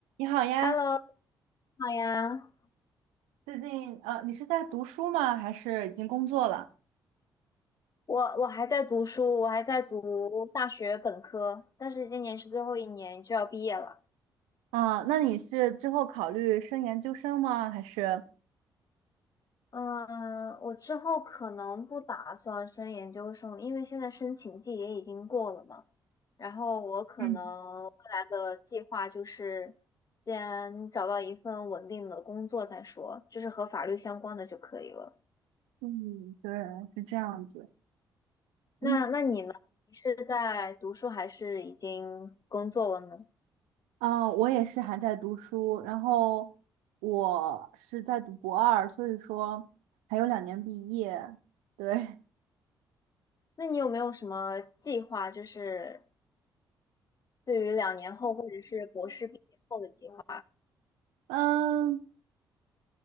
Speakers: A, on the right (about 65°); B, on the left (about 30°).
A: 你好呀，
B: Hello，你好呀，
A: 最近呃，你是在读书吗？还是已经工作了？
B: 我我还在读书，我还在读大学本科，但是今年是最后一年就要毕业了。
A: 啊，那你是之后考虑升研究生吗？还是？
B: 嗯，我之后可能不打算升研究生，因为现在申请季也已经过了嘛。然后我可能未来的计划就是先找到一份稳定的工作再说，
A: 嗯
B: 就是和法律相关的就可以了。
A: 嗯，对，是这样子。嗯，
B: 那那你呢？你是在读书还是已经工作了呢？
A: 呃，我也是还在读书，然后我是在读博二，所以说还有两年毕业。对，
B: 那你有没有什么计划，就是对于两年后或者是博士毕业后的计划？
A: <laughs> 嗯，